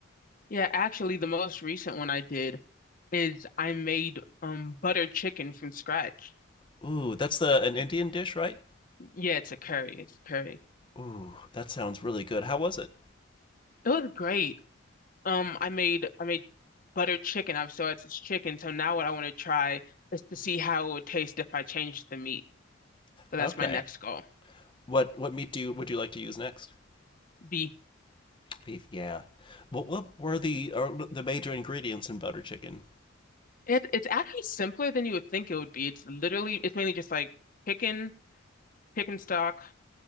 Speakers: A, on the left; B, on the left.
A: Yeah, actually, the most recent one I did is I made um butter chicken from scratch.
B: Ooh, that's the an Indian dish, right?
A: Yeah, it's a curry. It's a curry.
B: Ooh, that sounds really good. How was it?
A: It was great. Um, I made I made butter chicken. I've so it's, it's chicken. So now what I want to try is to see how it would taste if I changed the meat. So that's
B: Okay.
A: my next goal.
B: What what meat do you would you like to use next?
A: Be
B: Beef, yeah. What what were the are the major ingredients in butter chicken?
A: it, it's actually simpler than you would think it would be. It's literally it's mainly just like chicken, chicken stock,